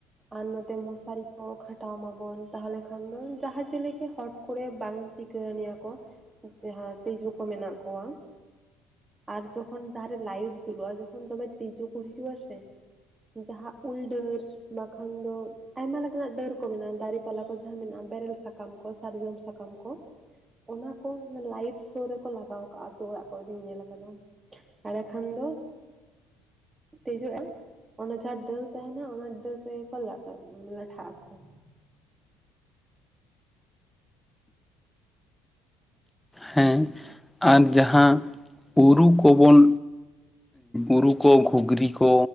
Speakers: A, on the right; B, in the centre.
A: ᱟᱨ ᱱᱚᱛᱮ ᱢᱚᱥᱟᱨᱤ ᱠᱚ ᱠᱷᱟᱴᱟᱣ ᱢᱟ ᱵᱚᱱ ᱛᱟᱦᱚᱞᱮ ᱠᱷᱟᱱ ᱫᱚ ᱡᱟᱦᱟᱸ ᱪᱤᱤ ᱜᱮ ᱦᱚᱴ ᱠᱚᱨᱮ ᱵᱟᱝ ᱥᱤᱠᱟᱹᱨᱱᱤᱭᱟᱹ ᱠᱚ ᱡᱟᱦᱟᱸ ᱛᱤᱡᱩ ᱠᱚ ᱢᱮᱱᱟᱜ ᱠᱚᱣᱟ ᱾ ᱟᱨ ᱡᱚᱠᱷᱚᱱ ᱡᱟᱦᱟᱸ ᱨᱮ ᱞᱟᱭᱤᱴ ᱡᱩᱞᱩᱜ-ᱟ ᱡᱚᱠᱷᱚᱱ ᱫᱚᱢᱮ ᱛᱤᱡᱩ ᱠᱚ ᱦᱤᱡᱩᱜ-ᱟ ᱥᱮ ᱡᱟᱦᱟᱸ ᱩᱞ ᱰᱟᱹᱨ ᱵᱟᱠᱷᱟᱱ ᱫᱚ ᱟᱭᱢᱟ ᱞᱮᱠᱟᱱᱟᱜ ᱰᱟᱹᱨ ᱠᱚ ᱢᱮᱱᱟᱜ-ᱟ ᱫᱟᱨᱮ ᱯᱟᱞᱦᱟ ᱠᱚ ᱡᱟᱦᱟᱸ ᱢᱮᱱᱟᱜ-ᱟ ᱵᱮᱨᱮᱞ ᱥᱟᱠᱟᱢ ᱠᱚ ᱥᱟᱨᱡᱚᱢ ᱥᱟᱠᱟᱢ ᱠᱚ ᱚᱱᱟ ᱠᱚ ᱞᱟᱭᱤᱵ ᱥᱚᱨ ᱨᱮᱠᱚ ᱞᱟᱜᱟᱣ ᱠᱟᱜ-ᱟ ᱟᱛᱩ ᱚᱲᱟᱜ ᱠᱚᱨᱮ ᱧᱮᱞ ᱟᱠᱟᱫᱟᱢ ᱮᱸᱰᱮ ᱠᱷᱟᱱ ᱫᱚ ᱫᱮᱡᱚᱜ-ᱟ ᱚᱱᱟ ᱡᱟᱦᱟᱸ ᱰᱟᱹᱨ ᱛᱟᱦᱮᱱᱟ ᱚᱱᱟ ᱰᱟᱹᱨ ᱨᱮᱜᱮᱠᱚ ᱞᱟᱴᱷᱟᱜ-ᱟ ᱠᱚ
B: ᱦᱮᱸ ᱟᱨ ᱡᱟᱦᱟᱸ ᱩᱨᱩ ᱠᱚᱵᱚᱱ ᱩᱨᱩ ᱠᱚ ᱜᱷᱩᱜᱽᱨᱤ ᱠᱚ